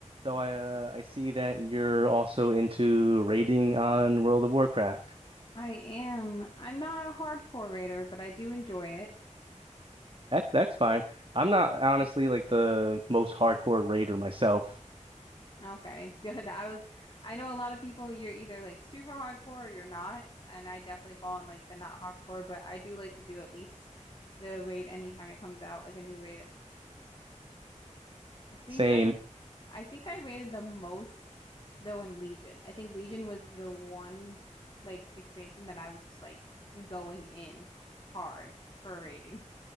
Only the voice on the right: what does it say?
So I uh, I see that you're also into raiding on World of Warcraft.
That that's fine. I'm not honestly like the most hardcore raider myself.
Same.